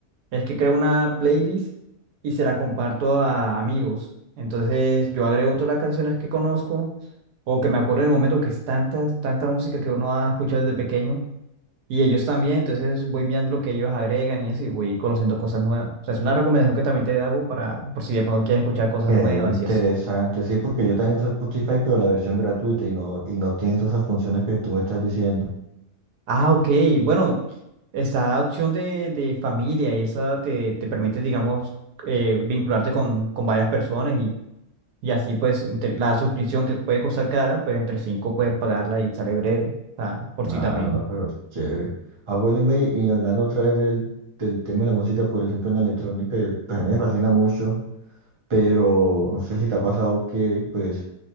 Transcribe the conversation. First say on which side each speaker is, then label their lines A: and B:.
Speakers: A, on the right (about 75°); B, on the right (about 55°).
A: es que creo una playlist y se la comparto a amigos, entonces yo agrego todas las canciones que conozco o que me acuerdo en el momento que es tanta, tanta música que uno ha escuchado desde pequeño. Y ellos también, entonces voy mirando lo que ellos agregan y así voy conociendo cosas nuevas. O sea, es una recomendación que también te hago para, por si de pronto quieres escuchar cosas
B: Qué
A: nuevas
B: interesante,
A: y eso.
B: sí, porque yo también uso Spotify, pero la versión gratuita y no, y no tiene todas esas funciones que tú me estás diciendo.
A: Ah, ok. Bueno, está la opción de, de familia y esa te, te permite, digamos, eh, vincularte con, con varias personas y, y así pues entre- la suscripción que puede costar cara, pues entre cinco pueden pagarla y sale breve. O sea, por si
B: Ah,
A: también.
B: no, pero es chévere. Ah, bueno, y me- y hablando otra vez del, del tema de la música, por ejemplo, en la electrónica, eh, pues a mí me fascina mucho, pero no sé si te ha pasado que, pues,